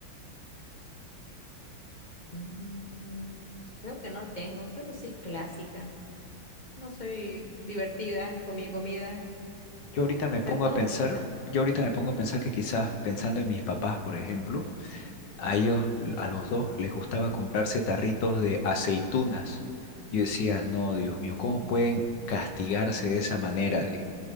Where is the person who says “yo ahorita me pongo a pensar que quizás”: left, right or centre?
Left